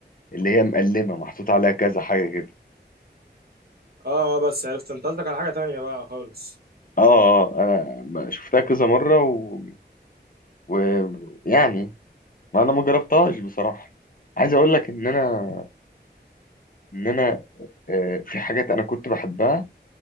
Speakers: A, on the left; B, on the right.
A: اللي هي مقلمه محطوط عليها كذا حاجه كده
B: اه آه، بس عرفت انت قصدك على حاجة تانية بقى خالص
A: اه اه انا ما- شفتها كذا مره و... و... يعني ما انا ما جربتهاش بصراحه عايز اقول لك ان انا ان انا آه، في حاجات انا كنت بحبها